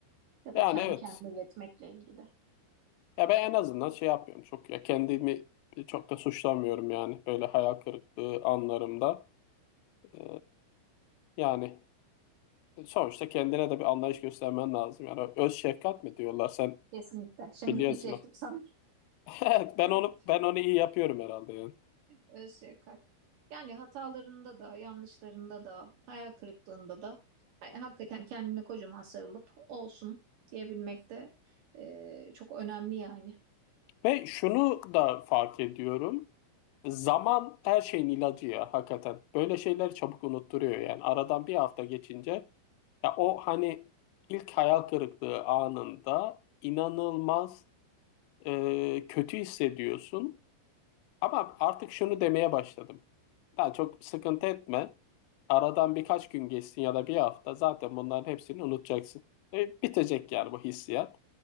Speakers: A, on the right (about 60°); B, on the left (about 85°).
A: ya
B: Yani
A: da kendi
B: evet.
A: kendine yetmekle ilgili.
B: Ya ben en azından şey yapmıyorum. Çok ya kendimi çok da suçlamıyorum yani böyle hayal kırıklığı anlarımda. Ee, yani sonuçta kendine de bir anlayış göstermen lazım. Yani öz şefkat mi diyorlar sen
A: Kesinlikle. Şimdi
B: biliyorsun
A: diyecektim
B: o.
A: sana.
B: <laughs> Evet, ben
A: Evet,
B: onu ben onu iyi yapıyorum herhalde yani.
A: öz şefkat. Yani hatalarında da, yanlışlarında da, hayal kırıklığında da yani hakikaten kendine kocaman sarılıp olsun diyebilmek de e, çok önemli yani.
B: Ve şunu da fark ediyorum. Zaman her şeyin ilacı ya hakikaten. Böyle şeyler çabuk unutturuyor yani. Aradan bir hafta geçince Ya o hani ilk hayal kırıklığı anında inanılmaz e, kötü hissediyorsun. Ama artık şunu demeye başladım. Ya çok sıkıntı etme. Aradan birkaç gün geçsin ya da bir hafta zaten bunların hepsini unutacaksın. E, bitecek yani bu hissiyat.